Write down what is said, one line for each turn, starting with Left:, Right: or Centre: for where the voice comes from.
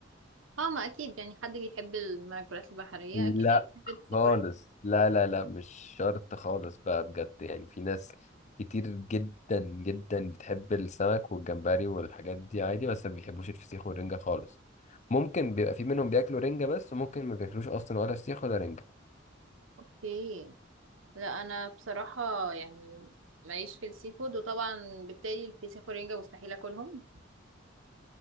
Right: اه ما اكيد يعني حد بيحب المأكولات البحرية
Left: لا
Right: اكيد هيحب السي
Left: خالص
Right: فود
Left: لا لا لا مش شرط خالص بقى بجد يعني في ناس كتير جدا جدا بتحب السمك والجمبري والحاجات دي عادي بس ما بيحبوش الفسيخ والرنجة خالص ممكن بيبقى في منهم بياكلوا رنجة بس وممكن ما بياكلوش اصلا ولا فسيخ ولا رنجة
Right: اوكي لا انا بصراحة يعني ماليش في السي فود وطبعا بالتالي الفسيخ والرنجة مستحيل اكلهم